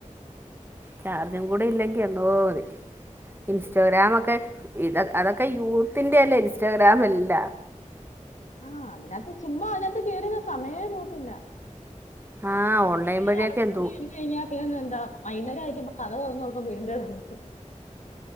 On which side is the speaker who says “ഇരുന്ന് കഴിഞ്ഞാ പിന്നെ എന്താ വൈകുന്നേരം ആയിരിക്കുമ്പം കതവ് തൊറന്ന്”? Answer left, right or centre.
Left